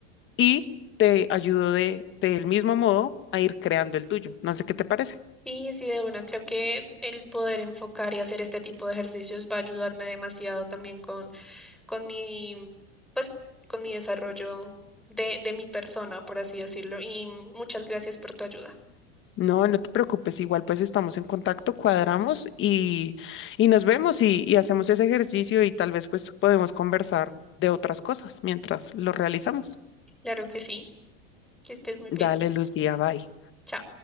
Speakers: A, on the left (about 35°); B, in the centre.
A: y te ayudo de, del mismo modo a ir creando el tuyo. No sé qué te parece.
B: Sí, sí, de una. Creo que el poder enfocar y hacer este tipo de ejercicios va a ayudarme demasiado también con mi, pues, con mi desarrollo de, de mi persona, por así decirlo. Y muchas gracias por tu ayuda.
A: No, no te preocupes, igual pues estamos en contacto, cuadramos y, y nos vemos y, y hacemos ese ejercicio y tal vez pues podemos conversar de otras cosas mientras lo realizamos.
B: Claro que sí, que estés muy
A: Dale,
B: bien.
A: Lucía, bye.
B: Chao.